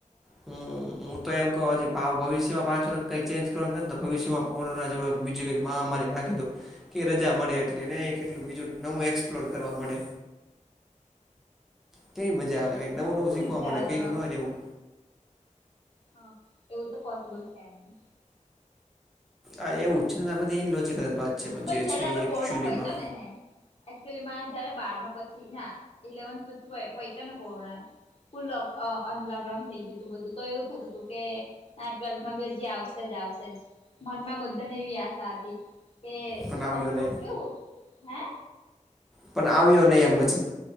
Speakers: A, in the centre; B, on the left.
A: હમ્મ હું તો એમ કવ હજી ભાવ ભવિષ્યમાં પાચ વર્ષ કઈ ચેન્જ કરવા તો ભવિષ્યમાં કોરોના જે બીજું કઈક મહામારી ના. કી કે રજા મળે એટલેને કેટલું બીજું નવું એક્સપ્લોર કરવા મળે. કેવી મજા આવે નવું
B: કેવું
A: નવું શીખવા
B: વિચારો
A: મળે કર્યું
B: તમે
A: ન હોય ને એવું.
B: હા એવું તો પોસિબલ છે નહી.
A: આ એવું જ છે ને આ બધી ઇનલોજીકલ વાત છે
B: પણ
A: જે
B: જયારે
A: છે
B: આપડે
A: એ એકચ્યુઅલીમાં
B: કોરોના પઈતો ને હે. એકચુલી મા જયારે બારમાં પછી ના ઇલેવન્થ પછી પૈતો ને કોરોના. ફુલ લોક અનલોકડાઉન થઈ ગયું તું બધું તો એવું થતું હતું કે ટ્વેલ્થ બી હજી આવશે જ આવશે જ મન માં બધાને એવી આશા હતી કે
A: પણ આવ્યો
B: અમુક લોકો
A: નહીં
B: કેવું હે.
A: પણ આવ્યો નહી એમ પછી